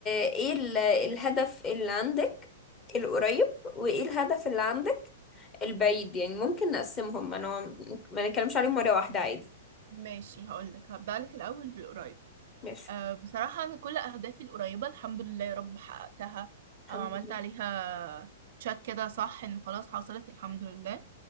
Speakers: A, on the left (about 20°); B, on the right (about 55°).
A: ايه ال... الهدف اللي عندك القريب وايه الهدف اللي عندك البعيد يعني ممكن نقسمهم انا ما ما نتكلمش عليهم مرة واحدة عادي
B: ماشي هقولك هبدأ لك الأول بالقريب
A: ماشي
B: أه بصراحة أنا كل أهدافي القريبة الحمد لله يا رب حققتها
A: الحمد
B: أو عملت
A: لله
B: عليها تشيك كده صح إنه خلاص حصلت الحمد لله